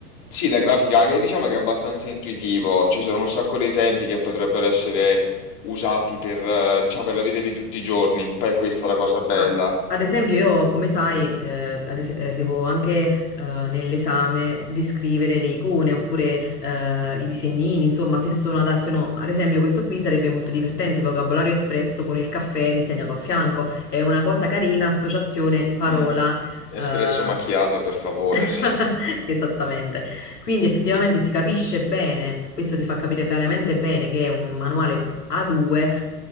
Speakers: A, on the left; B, on the left.
A: Sì, la grafica anche, diciamo che è abbastanza intuitivo. Ci sono un sacco di esempi che potrebbero essere usati per, eh, diciamo, per la vita di tutti i giorni. Poi questa è la cosa bella.
B: Ah, ad esempio, io, come sai, eh, ad es- eh, devo anche eh, nell'esame descrivere le icone oppure eh, i disegnini, insomma, se sono adatti o no. Ad esempio, questo qui sarebbe molto divertente, vocabolario espresso con il caffè disegnato a fianco. È una cosa carina, associazione, parola.
A: Mm, Espresso
B: eh,
A: macchiato, per favore,
B: <laughs>
A: sì.
B: Esattamente. Quindi effettivamente si capisce bene, questo ti fa capire veramente bene che è un manuale A2